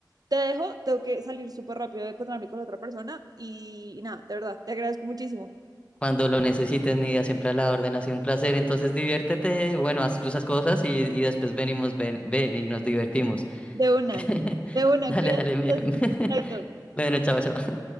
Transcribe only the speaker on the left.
cuando lo necesites, Nidia, siempre a la orden, ha sido un placer. Entonces diviértete, bueno, haz tus cosas y, y después venimos, ven, ve y nos divertimos.
<laughs>
Dale,
dale.
me- <laughs>
Bueno, chao, chao.